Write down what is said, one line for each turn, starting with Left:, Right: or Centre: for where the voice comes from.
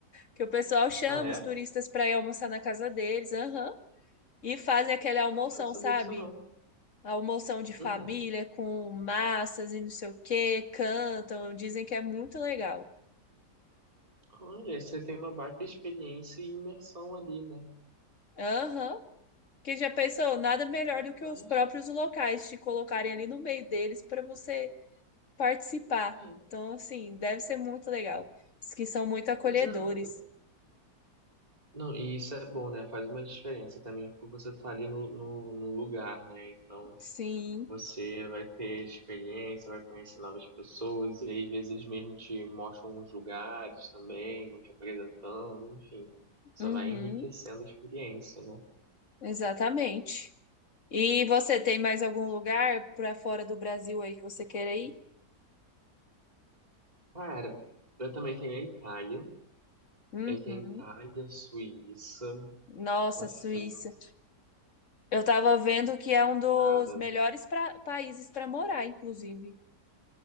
Left: Que o pessoal chama
Right: Ah, é?
Left: os turistas para ir almoçar na casa deles, aham, e fazem aquele almoção,
Right: Não, não não sabia
Left: sabe?
Right: disso não.
Left: almoção de família
Right: Uhum.
Left: com massas e não sei o que cantam, dizem que é muito legal.
Right: Olha, você tem uma baita experiência e imersão ali, né?
Left: Aham. Que já pensou, nada melhor
Right: Rapaz.
Left: do que os próprios locais te colocarem ali no meio deles para você participar.
Right: É,
Left: Então, assim, deve ser muito legal. Diz que são muito acolhedores.
Right: exato. Não, e isso é bom, né? Faz uma diferença também por você estar ali no, no, no lugar, né? Então.
Left: Sim,
Right: Você vai ter experiência, vai conhecer novas pessoas, e aí, às vezes eles mesmo te mostram uns lugares também, vão te apresentando, enfim. Só
Left: uhum,
Right: vai enriquecendo a experiência, né?
Left: exatamente. E você tem mais algum lugar para fora do Brasil aí que você queira ir?
Right: Cara, eu também tenho a Itália.
Left: Uhum.
Right: Eu tenho a Itália, a Suíça,
Left: Nossa,
Right: a França,
Left: Suíça. Eu tava vendo que é um dos
Right: cara.
Left: melhores pra- países para morar, inclusive.